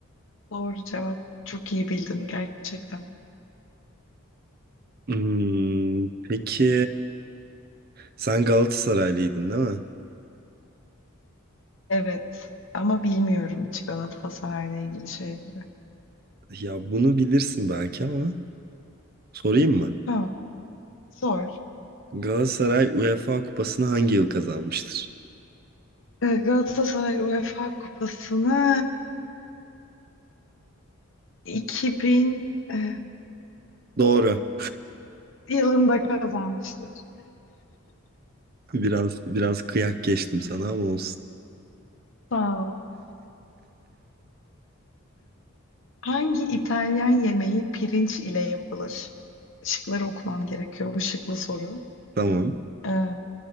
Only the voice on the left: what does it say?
Doğru cevap. Çok iyi bildin gerçekten.
Evet, ama bilmiyorum hiç Galatasaray'la ilgili şeyleri.
Tamam, sor.
Ee, Galatasaray UEFA Kupası'nı 2000 e,
yılında kazanmıştır.
Sağ ol. Hangi İtalyan yemeği pirinç ile yapılır? Şıkları okumam gerekiyor. Bu şıklı soru.
Ee,